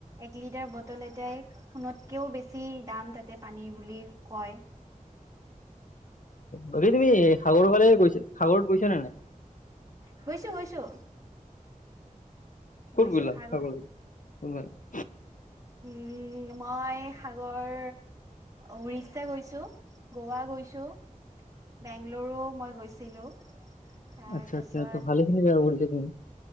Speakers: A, on the right (about 25°); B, on the left (about 70°).
A: এক লিটাৰ বটল এটাই সোণতকেও বেছি দাম তাতে তাতে পানী বুলি কয়।
B: বাকী তুমি সাগৰ ফালে গৈছা সাগৰত গৈছা নে নাই?
A: গৈছো, গৈছো।
B: ক'ত
A: গৈছো
B: গ'লা
A: সাগৰ
B: সাগৰত
A: উম, মই সাগৰ উৰিষ্যা গৈছো, গোৱা গৈছো বেংগলেৰু মই গৈছিলো। তাৰ
B: আচ্ছা,
A: পাছত
B: আচ্ছা। ত' ভালেখিনি জেগা ঘূৰিছা তুমি।